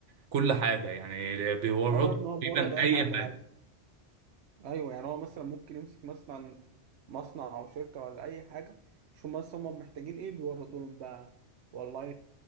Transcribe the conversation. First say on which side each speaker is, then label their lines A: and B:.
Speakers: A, on the right; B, on the right.
A: كل حاجة يعني بيورد
B: أيوة يا
A: له
B: ابني هو
A: تقريبا
B: بورد أي
A: اي
B: حاجة
A: حاجة
B: عادي أيوة يعني هو مثلا ممكن يمسك مثلا مصنع أو شركة ولا أي حاجة شوف مثلا هما محتاجين إيه بيوردوا لهم بقى والله